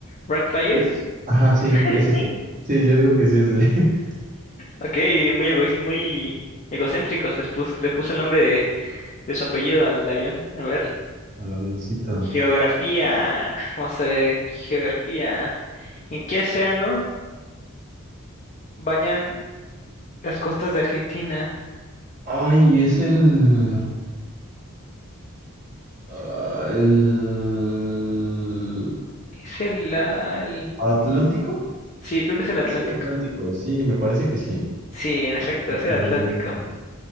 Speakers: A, on the left; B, on the right.
A: ¿Wright Flyer?
B: Es... Ajá, sí,
A: <laughs>
B: es ese. Sí, yo digo que sí es ese. <laughs>
A: Ok, muy egoísta, muy egocéntricos. Les pus- le puso el nombre de, de su apellido al avión. A ver.
B: Al avioncito.
A: Geografía. Vamos a ver, eh, geografía. ¿En qué océano bañan las costas de Argentina?
B: Ay, es el... ah, el...
A: Es el, ah, el-
B: ¿Atlántico?
A: Sí, creo que es
B: Creo
A: el Atlántico.
B: que es el Atlántico, sí, me parece que sí.
A: Sí, en efecto,
B: Excelente.
A: es el Atlántico.